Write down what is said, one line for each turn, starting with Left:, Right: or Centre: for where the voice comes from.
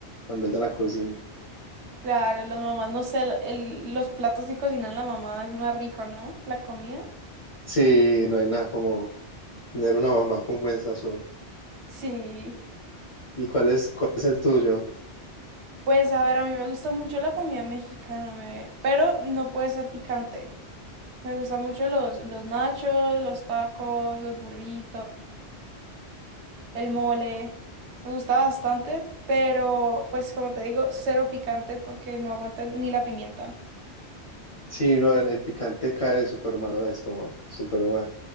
Left: cuando ella la cocina.
Right: claro, las mamás, no sé, el- los platos que cocinan la mamá es más rico, ¿no? La comida.
Left: Sí, no hay nada como tener una mamá con buen sazón.
Right: Sí.
Left: ¿Y cuál es, cuál es el tuyo?
Right: Pues a ver, a mí me gusta mucho la comida mexicana, me- pero no puede ser picante. Me gustan mucho los, los nachos, los tacos, los burritos, el mole. Me gusta bastante, pero pues como te digo, cero picante porque no aguanto ni la pimienta.
Left: Sí, no, el, el picante cae súper mal al estómago, súper mal.